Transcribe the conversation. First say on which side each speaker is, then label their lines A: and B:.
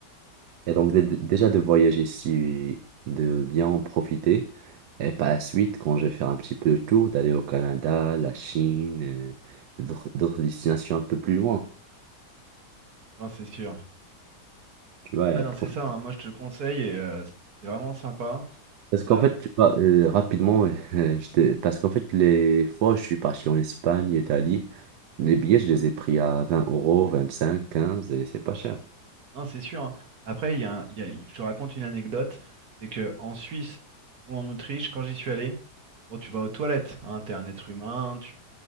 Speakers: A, on the right; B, on the right.
A: Et donc, dé- dé- déjà de voyager si de bien en profiter. Et par la suite, quand je vais faire un petit peu le tour, d'aller au Canada, la Chine, euh, d'autres d'autres destinations un peu plus loin.
B: Non, c'est sûr.
A: Tu vois,
B: Ouais,
A: et
B: non,
A: profiter.
B: c'est ça, hein. Moi, je te le conseille et euh, c'est c'est vraiment sympa.
A: Parce qu'en
B: Euh,
A: fait, tu vois, euh, rapidement, <laughs> euh, je te- parce qu'en fait, les fois où je suis parti en Espagne, Italie, les billets, je les ai pris à 20 euros, 25, 15, et c'est pas cher.
B: non, c'est sûr, hein. Après, il y a, un- il y a- je te raconte une anecdote, c'est que en Suisse ou en Autriche, quand j'y suis allé, bon, tu vas aux toilettes, hein. T'es un être humain, tu,